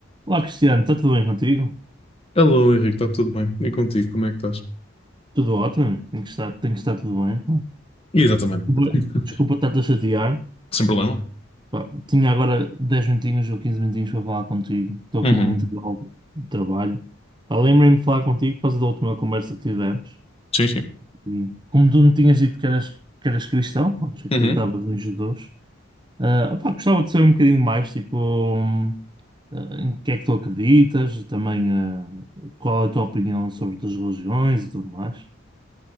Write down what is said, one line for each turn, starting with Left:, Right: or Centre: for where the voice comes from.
Right: Olá, Cristiano, está tudo bem contigo?
Left: Alô, Henrique, está tudo bem? E contigo, como é que estás?
Right: Tudo ótimo, amigo. tem que estar, tem que estar tudo bem.
Left: Exatamente.
Right: Desculpa
Left: <laughs>
Right: desculpa estar-te a chatear.
Left: Sem problema.
Right: Pá, tinha agora 10 minutinhos ou 15 minutinhos para falar contigo. Estou
Left: Uhum.
Right: aqui no muito de trabalho. Pá, Lembrei-me de falar contigo por causa da última conversa que tivemos.
Left: Sim, sim.
Right: E como tu me tinhas dito que eras, que eras cristão, pronto, que acreditavas
Left: Uhum.
Right: em Jesus, ah, pá, gostava de saber um bocadinho mais, tipo, hum, ah, em que é que tu acreditas, e também ah, qual é a tua opinião sobre outras religiões e tudo mais.